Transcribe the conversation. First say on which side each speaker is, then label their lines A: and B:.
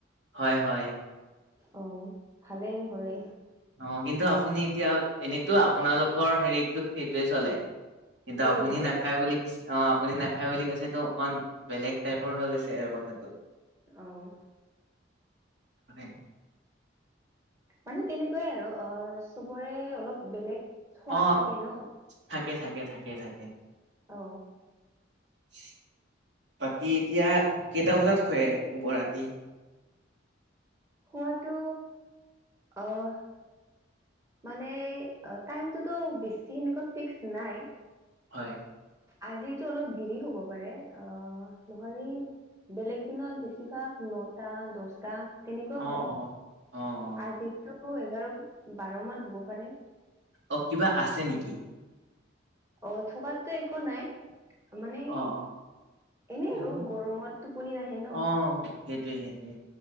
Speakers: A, on the right (about 60°); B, on the right (about 15°).
A: হয় হয়
B: অ ভালেই নহ'লে
A: অ কিন্তু আপুনি এতিয়া এনেতো আপোনালোক লোকৰ হেৰিতো সেইটোয়ে চলে কিন্তু
B: অ',
A: আপুনি
B: এইটোৱে
A: নাখায়
B: চব
A: বুলি কৈছে অ আপুনি না খাই বুলি কৈছেতো অকণ বেলেগ টাইপৰ হৈ গৈছে আৰু কথাটো
B: অহ
A: সেই
B: মানে তেনেকুৱাই আৰু অ চবৰে অলপ বেলেগ সোৱাদ
A: অ
B: থাকে ন
A: থাকে থাকে থাকে থাকে
B: অ
A: <inaudible> বাকী এতিয়া কেইটা, বজাত হয় শুব ৰাতি।
B: হোৱাাতটো, আহ। মানে টাইমটোতো বেছি সেনেকুৱা ফিক্স নাই।
A: হয়।
B: আজিতো অলপ দেৰি হ'ব পাৰে অ নহলে। বেলেগ দিনত বেছিভাগ নটা দহটা। তেনেকুৱা
A: অ'
B: হয়,
A: অ' অ' অ'
B: আজিটো এঘাৰ বাৰ মান হ'ব পাৰে।
A: অ কিবা আছে নেকি?
B: অ থকাত যে একো নাই, মানে
A: অ' অ'
B: এনেই
A: এনে
B: আৰু গৰমত টোপনি নাহে ন।
A: অ' সেইটোৱে সেইটোৱে